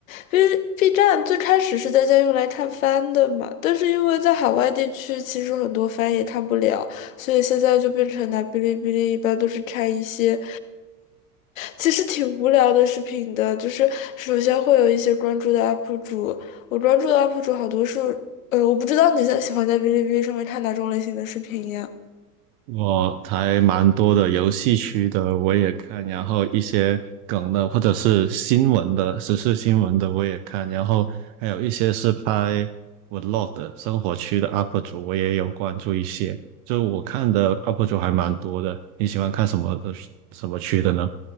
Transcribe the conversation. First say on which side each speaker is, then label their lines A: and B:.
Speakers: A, on the left; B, on the right.
A: ，B B 站最开始是大家用来看番的嘛，但是因为在海外地区，其实很多番也看不了，所以现在就变成拿哔哩哔哩，一般都是看一些其实挺无聊的视频的，就是首先会有一些关注的 UP 主，我关注的 UP 主好多是，呃，我不知道你在喜欢在哔哩哔哩上面看哪种类型的视频呀。
B: 我还蛮多的，游戏区的我也看，然后一些梗的或者是新闻的、时事新闻的我也看，然后还有一些是拍 vlog 的生活区的 UP 主，我也有关注一些。就我看的 UP 主还蛮多的。你喜欢看什么的什么区的呢？